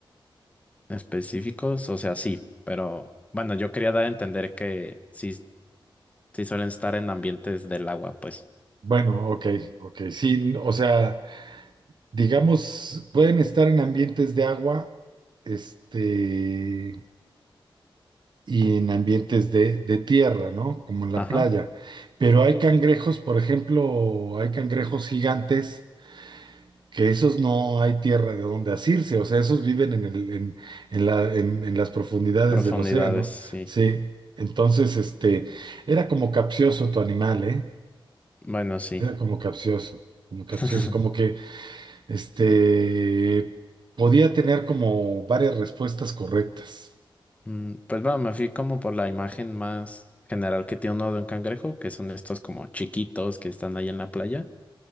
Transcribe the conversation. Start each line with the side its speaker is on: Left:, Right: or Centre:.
Left: específicos, o sea, sí, pero bueno, yo quería dar a entender que sí, sí suelen estar en ambientes del agua, pues.
Right: Bueno, ok, ok, sí, o sea, digamos, pueden estar en ambientes de agua, este... y en ambientes de, de tierra, ¿no? Como en la
Left: Ajá,
Right: playa. Pero hay cangrejos, por ejemplo, hay cangrejos gigantes que esos no hay tierra de donde asirse, o sea, esos viven en el, en, en la, en, en las profundidades
Left: profundidades,
Right: del océano.
Left: sí.
Right: Sí, entonces, este, era como capcioso tu animal, ¿eh?
Left: Bueno, sí.
Right: Era como capcioso, como capcioso,
Left: <laughs>
Right: como que, este, podía tener como varias respuestas correctas.
Left: Mm, Pues bueno, me fui como por la imagen más general que tiene uno de un cangrejo, que son estos como chiquitos que están ahí en la playa.